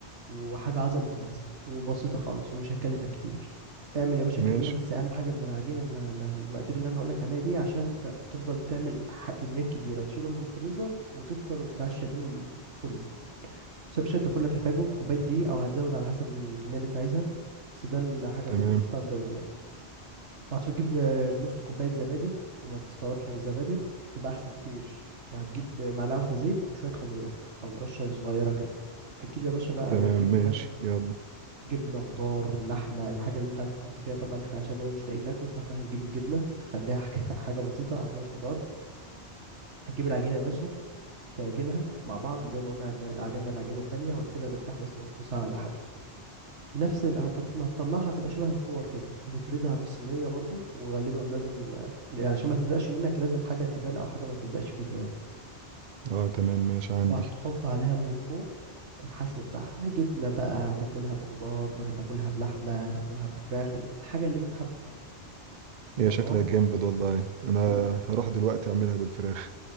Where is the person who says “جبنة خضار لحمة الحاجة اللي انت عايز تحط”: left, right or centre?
Right